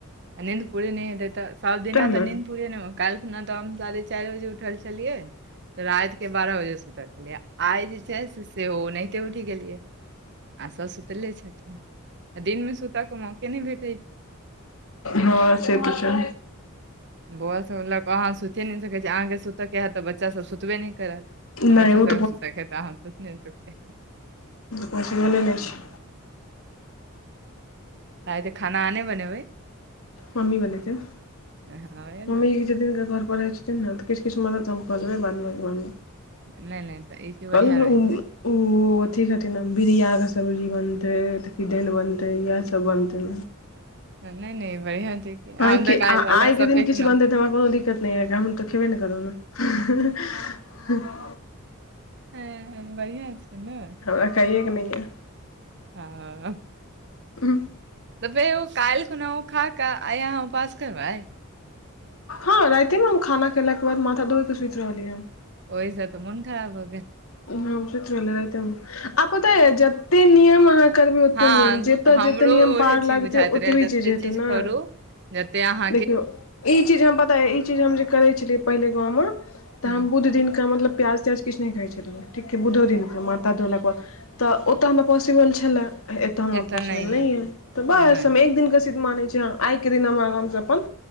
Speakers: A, on the right; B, on the left.
A: नीन्द पुरै नहि हेते त सात दिन आ
B: ने
A: त नीन्द पुर नय कालिह खुना तऽ हम साढ़े चारि बजे उठल छलियै रातिके बारह बजेसँ सूतलिए आइ जें छै सेहो ओनाहिंते उठि गेलियै आ सभ सुतले छथिन आ दिनमे सुतय के मौके नहि भेटैत छै
B: हँ से तऽ छै
A: बोआ सब ल क अहाँ सुति नहि सकै छ छी अहाँके सुतऽके हैत तऽ बच्चा सब सुतबे नहि करत
B: नहि
A: बच्चा
B: ओ
A: सबके सुतैके ह तऽ अहाँ सुति नहि सकतेै
B: पोसीवले नहि छै
A: तऽइ तऽ खाना आ नहि बनेबै
B: मम्मी बैनेते मम्मीके
A: हवे ने
B: जेहि दिनका घर पर रहैत छथिन ने तऽ किछु किछु मदद हम कऽ देबै बाद बांकी मम्मी
A: नहि नहि तऽ ई चीज बढ़िया
B: कहलो
A: रहै
B: उँ
A: छै
B: ओ अथी कहथि ने बिरिया के सब्जी बनते किदैन बनतै इएह सब बनतै
A: नहि नहि बढ़िआँ छै कि, हम
B: आइके
A: तऽ काल्हि वला
B: आइके
A: सब
B: दिन
A: फेकलौं
B: किछु बनतै तऽ हमरा कोनो दिक्कत नहि यए हम तऽ खेबे नहि करब ने <inaudible>
A: हँ बढ़िआँ छै ने
B: हमरा खाइएके नहि यऽ
A: हाँ
B: हुँम
A: ते फेर ओ काल्हि खुना ओ खाकऽ आइ अहाँ उपवास करबै
B: हँ राइते मे हम खाना खेलके बाद माथा धोय के सुति रहलियै
A: ओहिसँ तऽ मोन खराब भ गेल
B: हम सुत रहलो रातिमे आ पता या जते नियम अहाँ करबै ओते
A: हँ
B: नियम जतऽ
A: हमरो
B: जते नियम
A: उहे
B: पार
A: चीज
B: लागतै
A: बुझाइत रहै
B: ओतबी
A: जते
B: चीज हेतै ने
A: करू जते अहाँ
B: देखियौ ई चीज हम पता यए ई चीज हम जे करै छलियै पहिले गाँवमे तऽ हम
A: हूँ
B: बुध दिन के मतलब प्याज तियाज किछु नहि खा छलियै ठीक बुधो दिन मा धोलाके बाद तऽ ओतऽ हमरा पॉसिबल छलै तऽ हमरा
A: एतऽ
B: पॉसिबल नहि
A: य
B: है तऽ बस
A: नहि
B: हम एक दिननक के सीद्ध माने छी हाँ आइके दिन हम आरामसँ अपन